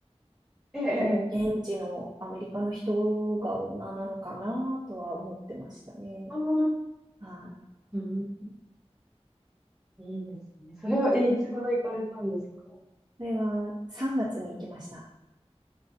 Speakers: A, in the centre; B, on the right.
A: ええ、ええ。
B: まあ、現地のアメリカの人が女なのかなとは思ってましたね。
A: ああ、
B: はい。
A: うん、いいですね。それを、え、いつ頃行かれたんですか
B: それは3月に行きました。